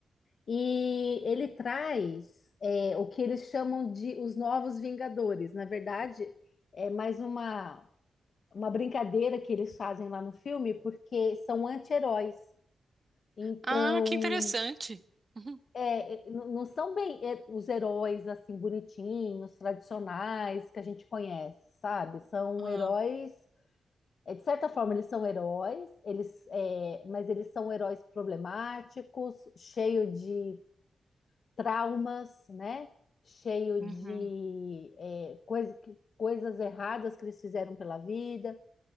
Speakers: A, on the left; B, on the right.
A: e ele traz é, o que eles chamam de os Novos Vingadores. Na verdade, é mais uma uma brincadeira que eles fazem lá no filme, porque são anti-heróis. Então,
B: Ah, que interessante. Uhum.
A: é, é, n- não são bem é, os heróis assim bonitinhos, tradicionais que a gente conhece, sabe? São
B: Ah,
A: heróis, é, de certa forma eles são heróis, eles, é, mas eles são heróis problemáticos, cheio de traumas, né? Cheio
B: uhum.
A: de é, coisa que- coisas erradas que eles fizeram pela vida.